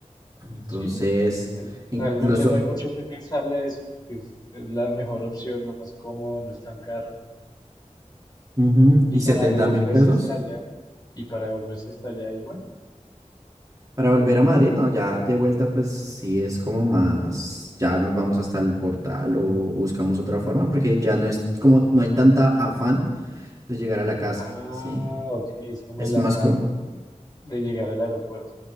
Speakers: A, on the right; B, on the left.
A: Entonces,
B: Sí, es- es-
A: incluso,
B: realmente no hay mucho que pensarle a eso, porque es, es la mejor opción, lo más cómodo, no es tan caro.
A: Ujú,
B: Y
A: Y setenta
B: para devolverse
A: mil pesos
B: hasta allá, y para devolverse hasta allá igual,
A: para volver a Madrid, no, ya de vuelta pues sí es como más, ya nos vamos hasta el portal o buscamos otra forma porque ya no es como, no hay tanta afán de llegar a la casa,
B: Ah,
A: ¿sí?
B: ok, es como
A: Es
B: el afán
A: más como,
B: de llegar al aeropuerto.